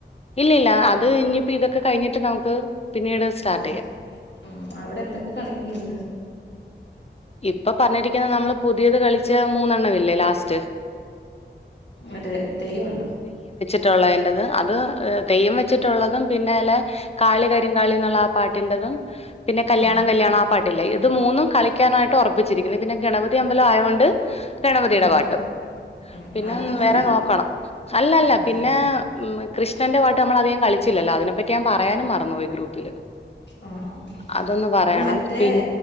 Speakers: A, on the left (about 35°); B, on the left (about 70°).
A: ഇല്ലില്ല അത് ഇനി ഇപ്പൊ ഇതൊക്കെ കഴിഞ്ഞിട്ട് നമുക്ക്- പിന്നീട് സ്റ്റാർട്ട്
B: ആഹ്
A: ചെയ്യാം
B: ആഹ് അവിടെ എന്തൊക്കെ കളിക്കുന്നുണ്ട്.
A: ഇപ്പൊ പറഞ്ഞിരിക്കുന്നത് നമ്മള് പുതിയത് കളിച്ച മൂന്നെണ്ണമില്ലേ ലാസ്റ്റ്
B: അതെ തെയ്യം ഉണ്ടോ
A: റ്റുള്ളേതിന്റെത് അത് തെയ്യം വെച്ചിട്ടുള്ളതും പിന്നെലെ കാളി കരിം കാളിന്നുള്ള ആ പാട്ടിന്റതും പിന്നെ കല്യാണം
B: ഉം
A: കല്യാണം ആ പാട്ടില്ലേ ഇത് മൂന്നും കളി ക്കാനായിട്ട് ഉറപ്പിച്ചിരിക്കുന്നത് പിന്നെ ഗണപതി അമ്പലം ആയോണ്ട് ഗണപതിയുടെ
B: ഉം
A: പാട്ടും
B: ഉം ഉം
A: പിന്നെ
B: നാലെണ്ണം മതിയല്ലേ
A: വേറെ നോക്കണം അല്ലല്ല
B: ഉം
A: പിന്നെ
B: ഉം
A: ഉം കൃഷ്ണന്റെ പാട്ട് നമ്മള് അധികം കളിച്ചില്ലല്ലോ അതിനെ പറ്റി ഞാൻ പറയാനും മറന്നു പോയി ഗ്രൂപ്പില്
B: ആഹ് ആഹ് ആഹ്
A: അതൊന്ന് പറയണം
B: അപ്പൊ മറ്റേ
A: പിൻ